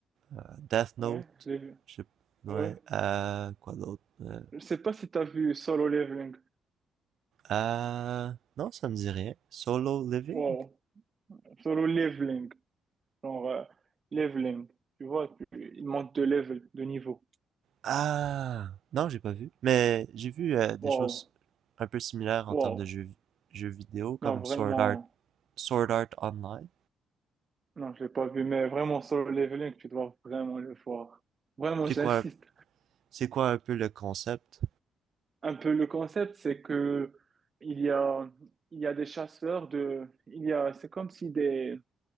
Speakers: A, on the right (about 65°); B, on the right (about 35°).
A: euh, Death Note.
B: Ouais, je l'ai vu.
A: Je sais Ouais.
B: Ouais.
A: euh, quoi d'autre? Euh,
B: Je sais pas si t'as vu Solo Leveling.
A: euh, non, ça me dit rien. Solo Living?
B: Wow. Solo leveling, genre euh, leveling. Tu vois, tu- il manque de level, de niveau.
A: Ah, non, j'ai pas vu. Mais j'ai vu euh, des
B: Waouh,
A: choses un peu similaires en
B: waouh.
A: termes de jeux, jeux vidéo, comme
B: Non, vraiment,
A: Sword Art, Sword Art Online.
B: non, je l'ai pas vu, mais vraiment solo leveling, tu dois vraiment le voir. Vraiment,
A: C'est
B: j'insiste.
A: quoi, c'est quoi un peu le concept?
B: Un peu le concept, c'est que il y a, il y a des chasseurs de, il y a, c'est comme si des,